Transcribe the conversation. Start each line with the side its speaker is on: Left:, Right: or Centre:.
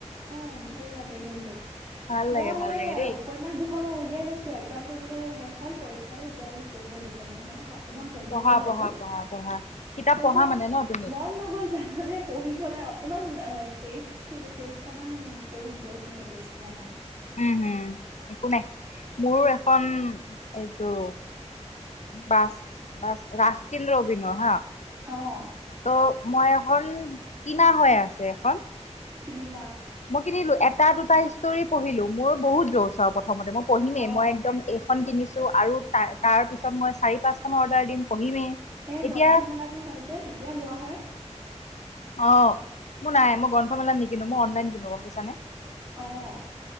Right: অ' ভাল লাগে কিন্তু।
Left: ভাল
Right: মই
Left: লাগে ভাল
Right: সেই
Left: লাগে দেই
Right: উপন্যাস দুখন মই উলিয়াই লৈছো- এগজামটো বোলো শেষ হল পৰীক্ষাতো, এতিয়া বোলো পঢ়ো দুখন মান। নহয় ন- অকমান পঢ়িবলে
Left: পঢ়া
Right: ললো।
Left: পঢ়া পঢ়া পঢ়া কিতাপ
Right: তাৰপিছত
Left: পঢ়া মানে ন তুমি
Right: মন নগ'ল জানানে পঢ়িবলে। অকমান এ তেজ- -খিতে টেষ্ট- তামান, পেইজ গৈছেহে তেইশ খিলা মান
Left: উম হুম! একো নাই। মোৰ এখন এইটো বাছ, বাছ ৰাস্কিন-ৰবীনৰ হা-
Right: অঁ
Left: ত' মই এখন কিনা হৈ আছে এখন-
Right: কিনিল-
Left: মই কিনিলো, এটা দুটাই- ষ্টৰি পঢ়িলো। মোৰ বহুত যৌচ আৰু প্ৰ- থমতে, মই পঢ়িমেই
Right: অ
Left: মই একদম এইখন কিনি- ছোঁ আৰু তাৰ, তাৰ পিছত মই চাৰি পাঁচখনৰ অৰ্ডাৰ দিম, পঢ়িমেই
Right: এ
Left: এতিয়া
Right: গ্ৰন্থমেলাবোৰ হয় যে, তেতিয়া লোৱা হয়।
Left: অ মোৰ নাই, মই গ্ৰন্থমেলাত নিকিনো মই অনলাইন কিন- নো, গম পাইছা নে?
Right: অঁ!